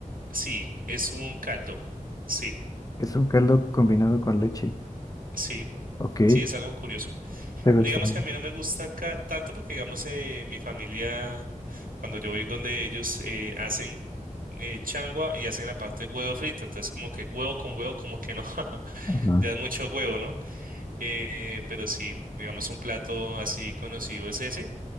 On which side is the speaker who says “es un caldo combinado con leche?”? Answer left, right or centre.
Left